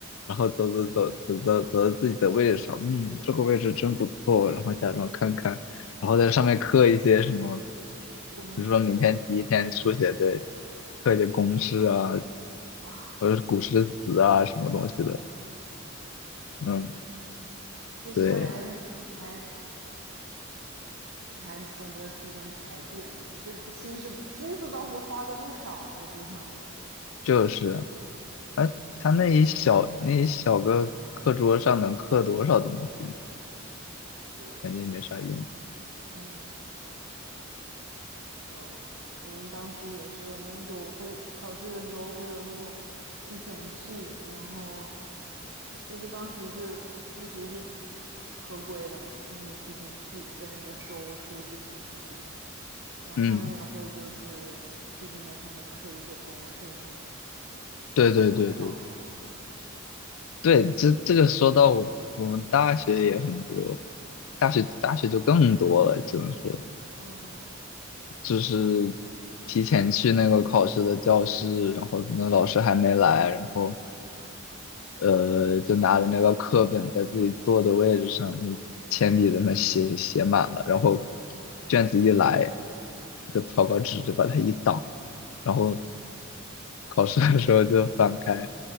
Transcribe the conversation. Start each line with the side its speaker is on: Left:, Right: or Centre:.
Left: 然后走走走走走走到自己的位置上，嗯，这个位置真不错，然后假装看看，然后在上面刻一些什么，
Right: 公式，
Left: 比如说明天第一天数学对，刻一些公式啊，
Right: 哇，
Left: 或者是古诗词啊什么东西的，
Right: 天，
Left: 嗯，
Right: 这些人还
Left: 对，
Right: 哎，还懂得提前踩点，这这心思心思倒是花的不少在这上面。
Left: 就是，哎，他那一小那一小个课桌上能刻多少东西，
Right: 对，
Left: 感觉也没啥用，
Right: 嗯，哦，们当时也是，我们有会考试的时候会有那种提前去，然后就是当时是复习是合规的嘛，就是你提前去，在那个收书之前复习，然后他们也会就是提前在上面刻一些公式什么的，
Left: 嗯，对对对对
Right: 打小抄。
Left: 对，这这个说到我我们大学也很多，大学大学就更多了，只能说
Right: 嗯嗯。
Left: 就是提前去那个考试的教室，然后那老师还没来，然后呃就拿着那个课本在自己坐的位置上，就铅笔在那写写满了，然后卷子一来，那个草稿纸就把它一挡，然后考试的时候就翻开